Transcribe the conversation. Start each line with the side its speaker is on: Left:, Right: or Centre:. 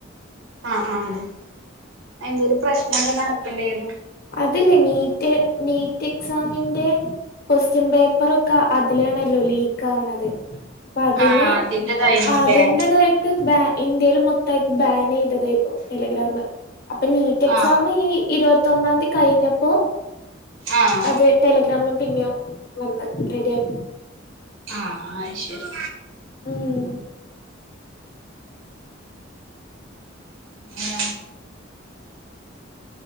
Right: ആഹ് ആഹ് എന്തൊരു പ്രശ്നം ഇവിടെ നടക്കണുണ്ടായിരുന്നു.
Left: അതില്ലേ നീറ്റ് നീറ്റ് എക്സാമിന്റെ. കൊസ്റ്റ്യൻ പേപ്പറൊക്കെ അതിലാണല്ലോ ലീക്ക് ആവണത്. അപ്പ അതിനെ
Right: ആ അതിന്റെതായിരുന്നുല്ലേ
Left: അതിന്റതായിട്ട് ബാ ഇന്ത്യയിൽ മൊത്തമായിട്ട് ബാൻ ചെയ്തതായിരുന്നു. ടെലഗ്രാമ് അപ്പൊ നീറ്റ് എക്സാം
Right: ആഹ്
Left: ഈ ഇരുപത്തൊന്നാം തീയതി കഴിഞ്ഞപ്പോ
Right: ആഹ്
Left: അത് ടെലഗ്രാമും പിന്നെയും വന്ന് റെഡി ആക്കി.
Right: ആഹ് ശരി.
Left: ഉം.
Right: <unintelligible>